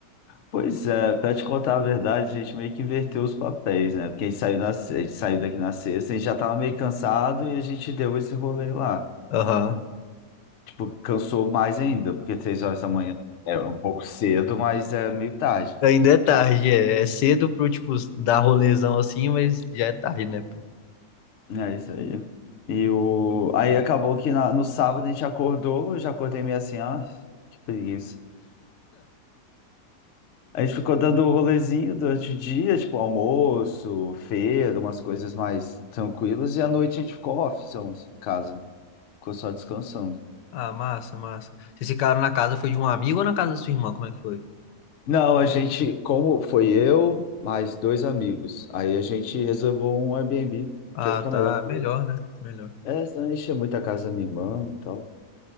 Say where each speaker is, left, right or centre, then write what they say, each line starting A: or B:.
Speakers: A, on the left; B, on the left.
A: Pois é, pra te contar a verdade, a gente meio que inverteu os papéis, né? Porque a gente saiu, na, se- a gente saiu daqui na sexta, a gente já tava meio cansado e a gente deu esse rolê lá.
B: Aham.
A: Tipo, cansou mais ainda, porque três horas da manhã é um pouco cedo, mas é meio tarde.
B: Ainda é tarde,
A: Aí,
B: é. É cedo pro, tipo, dar rolezão assim, mas já é tarde, né, pô?
A: né, é isso aí. E o, aí acabou que na- no sábado a gente acordou, eu já acordei meio assim, ah, que preguiça. A gente ficou dando um rolezinho durante o dia, tipo almoço, feira, umas coisas mais tranquilas, e à noite a gente ficou off, são, assim, em casa, ficou só descansando.
B: Ah, massa, massa. Vocês ficaram na casa, foi de um amigo ou na casa da sua irmã? Como é que foi?
A: Não, a gente, como foi eu, mais dois amigos, aí a gente reservou um Airbnb,
B: Ah,
A: que aí fica
B: tá.
A: melhor. porque-
B: Melhor, né? Melhor.
A: É, senão enchia muito a casa da minha irmã e tal.